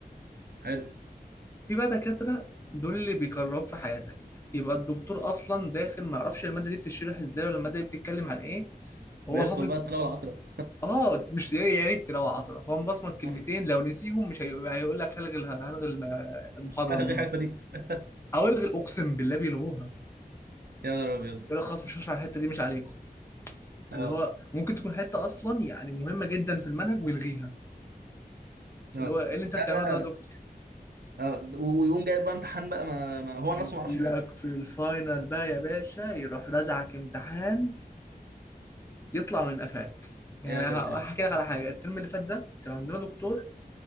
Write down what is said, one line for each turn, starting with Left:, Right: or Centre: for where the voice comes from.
Right: حلو
Left: في بقى دكاترة دول اللي بيجرب في حياتك يبقى الدكتور أصلا داخل ما يعرفش المادة دي بتشرح إزاي ولا المادة دي بتتكلم عن إيه وهو
Right: بيدخل
Left: حافظ
Right: بقى الطلبه العطره
Left: آه مش يا يا ريت لو عطرة هو مبصمك كلمتين
Right: <laughs>
Left: لو نسيهم مش هي- هيقول لك هلغي ال- هلغي الم- المحاضرة
Right: غير
Left: النهاردة
Right: الحته دي <laughs>
Left: أو الغي أقسم بالله بيلغوها
Right: يا نهار ابيض
Left: يقول لك خلاص مش هشرح الحتة دي مش عليكم
Right: اه
Left: اللي هو ممكن تكون حتة أصلا يعني مهمة جدا في المنهج ويلغيها
Right: اه
Left: اللي هو إيه اللي أنت
Right: ده
Left: بتعمله
Right: بقى-
Left: ده يا دكتور
Right: اه و- ويقوم جايب بقى امتحان بقى ما, ما هو
Left: يجي
Right: نفسه ما يعرفش حلو
Left: لك في الفاينل بقى يا باشا يروح رزعك امتحان يطلع من قفاك يعني
Right: يا ساتر
Left: ه-
Right: يا
Left: هحكي
Right: رب.
Left: لك على حاجه الترم اللي فات ده كان عندنا دكتور